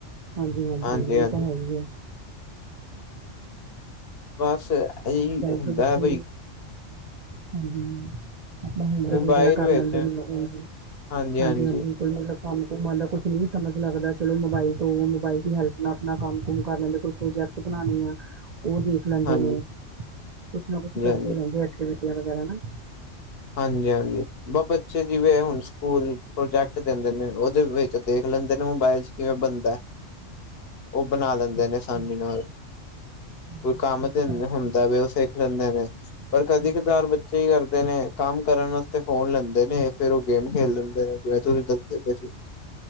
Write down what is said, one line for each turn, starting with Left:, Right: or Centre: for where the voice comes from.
Right: ਹਾਂਜੀ-ਹਾਂਜੀ
Left: ਹਾਂਜੀ ਹਾਂਜੀ
Right: ਇਹ ਤਾਂ ਹੈ ਈ ਏ।
Left: ਬਸ ਐਹੀ
Right: ਮੋਬਾਇਲ
Left: ਹੁੰਦਾ
Right: ਦੇ ਬੱਚੇ
Left: ਐ ਬਈ
Right: ਹਾਂਜੀ, ਮਤਲਬ ਹੋਮ
Left: ਮੋਬਾਇਲ
Right: ਵਰਕ ਵਗੈਰਾ ਕਰ
Left: ਵਿੱਚ
Right: ਲੈਂਦੇ ਨੇ।
Left: ਹਾਂਜੀ
Right: ਹਾਂਜੀ-ਹਾਂਜੀ।
Left: ਹਾਂਜੀ
Right: ਕੋਈ ਮਤਲਬ ਕੰਮ-ਕੁਮ ਆਂਦਾ, ਕੁੱਛ ਨੀ ਸਮਝ ਲੱਗਦਾ, ਚਲੋ ਮੋਬਾਈਲ ਤੋਂ ਮੋਬਾਈਲ ਦੀ ਹੈਲਪ ਨਾਲ ਆਪਣਾ ਕੰਮ-ਕੁਮ ਕਰ ਲੈਂਦੇ ਕੋਈ ਪ੍ਰੋਜੈਕਟ ਬਣਾਂਣੇ ਆ, ਉਹ ਦੇਖ ਲੈਂਦੇ
Left: ਹਾਂਜੀ ਹਾਂਜੀ
Right: ਨੇ, ਕੁਛ ਨਾ ਕੁਛ ਕਰਦੇ
Left: ਹਾਂਜੀ
Right: ਰਹਿੰਦੇ, ਐਕਟੀਵਿਟੀਆ ਵਗੈਰਾ ਨਾ।
Left: ਹਾਂਜੀ-ਹਾਂਜੀ, ਬ ਬੱਚੇ ਜਿਵੇਂ ਹੁਣ ਸਕੂਲ ਪ੍ਰੋਜੈਕਟ ਦਿੰਦੇ ਨੇ, ਉਹਦੇ ਵਿੱਚ ਦੇਖ ਲੈਂਦੇ ਨੇ ਮੋਬਾਇਲ 'ਚ ਕਿਵੇਂ ਬਣਦਾ। ਉਹ ਬਣਾ ਲੈਂਦੇ ਨੇ ਅਸਾਨੀ
Right: ਹਾਂਜੀ
Left: ਨਾਲ,
Right: ਹਾਂਜੀ
Left: ਕੋਈ ਕੰਮ
Right: ਹਾਂਜੀ
Left: ਦੇ
Right: ਕਾਫੀ
Left: ਹੁੰਦਾ
Right: ਕੁਛ
Left: ਵੇ, ਉਹ ਸਿੱਖ ਲੈਂਦੇ ਨੇ। ਪਰ ਕਦੀ-ਕਦਾਰ
Right: ਹਾਂਜੀ ਹਾਂਜੀ
Left: ਬੱਚੇ ਕੀ ਕਰਦੇ ਨੇ ਕੰਮ ਕਰਨ ਵਾਸਤੇ ਫੋਨ ਲੈਂਦੇ ਨੇ, ਫੇਰ ਉਹ ਗੇਮ ਖੇਲ ਲੈਂਦੇ ਨੇ। ਜਿਵੇਂ ਤੁਸੀਂ ਦੱਸਦੇ ਪ‌ਏ ਸੀ।